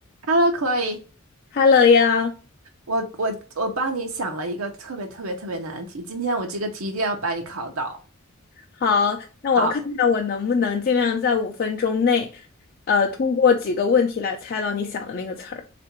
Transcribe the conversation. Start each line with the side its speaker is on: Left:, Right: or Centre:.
Right: Hello, Chloe，
Left: 哈喽呀，
Right: 我我我帮你想了一个特别特别特别难的题，今天我这个题一定要把你考倒。
Left: 好，那我看看我能不能尽量在五分钟内，
Right: 好，
Left: 呃，通过几个问题来猜到你想的那个词儿。